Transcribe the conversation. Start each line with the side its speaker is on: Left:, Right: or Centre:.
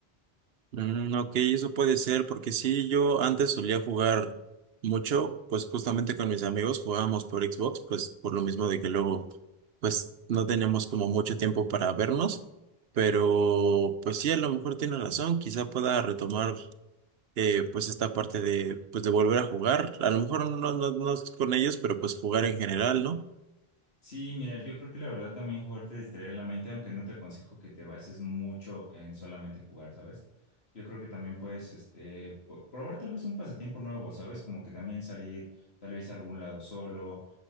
Right: Mm, ok, eso puede ser, porque sí, yo antes solía jugar mucho, pues justamente con mis amigos jugábamos por Xbox, pues por lo mismo de que luego, pues no teníamos como mucho tiempo para vernos, pero pues sí, a lo mejor tiene razón, quizá pueda retomar eh, pues esta parte de, pues de volver a jugar, a lo mejor no, no, no con ellos, pero pues jugar en general, ¿no?
Left: Sí, mira, yo creo que la verdad también jugar te distrae la mente, aunque no te aconsejo que te bases mucho en solamente jugar, ¿sabes? Yo creo que también puedes, este, po- probar tal vez un pasatiempo nuevo, ¿sabes? Como que también salir tal vez a algún lado solo,